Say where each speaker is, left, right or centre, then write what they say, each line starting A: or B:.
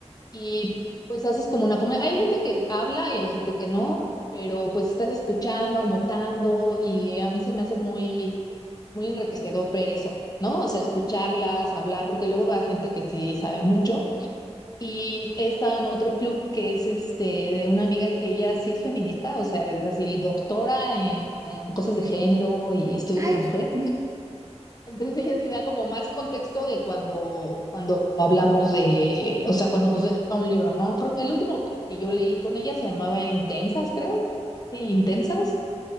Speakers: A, on the left (about 35°); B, on the right (about 30°).
A: y pues haces como una comunidad. Hay gente que habla y hay gente que no, pero pues estás escuchando, anotando y a mí se me hace muy, muy enriquecedor ver eso, ¿no? O sea, escucharlas, hablar, porque luego va gente que sí sabe mucho. Y he estado en otro club que es este de una amiga que ella sí es feminista, o sea, es así doctora en en cosas de género y estudios
B: Ay,
A: de la mujer.
B: <laughs> me,
A: Entonces ella sí da como más contexto de cuando, cuando hablamos de, o sea, cuando nos deja un libro, ¿no? Creo- El último que yo leí con ella se llamaba Intensas, creo. Sí, Intensas.